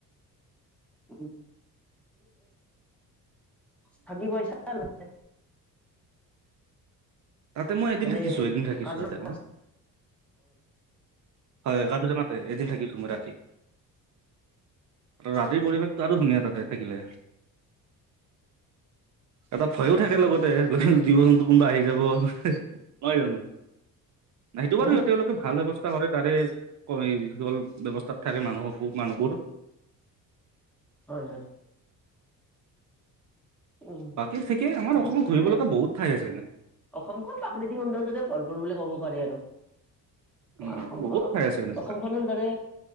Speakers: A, in the centre; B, on the right (about 50°).
A: <unintelligible> থাকি পাইছা তাতে?
B: তাতে মই এদিন
A: মানে
B: থাকিছো এদিন থাকিছো
A: কাজিৰঙা
B: তাতে মই। হয় কাজিৰঙাতে এদিন থাকিছো মই ৰাতি। ৰাতিৰ পৰিৱেশটো আৰু ধুনীয়া তাতে থাকিলে। এটা ভয়ো থাকে লগতে লগ জীৱ জন্তু কোনোবা আহি যাব। হয় জানো? সেইটো
A: উম
B: বাৰু তেওঁলোকে ভাল ব্যৱস্থা <unintelligible> যিসকল ব্যৱস্থাত থাকে মানুহকো মানুহবোৰ।
A: হয় হয়। উম
B: বাকী ঠিকেই আমাৰ অসমত
A: সেইমতে
B: ঘুৰিব লগা বহুত ঠাই আছে এনে।
A: অসমখন প্ৰাকৃতিক সৌন্দৰ্যৰে ভৰপূৰ বুলি ক'ব পাৰি আৰু।
B: উম
A: আমাৰ অসম
B: বহুত
A: খনৰ
B: ঠাই আছে এনেকুৱা
A: অসম খনৰ দৰে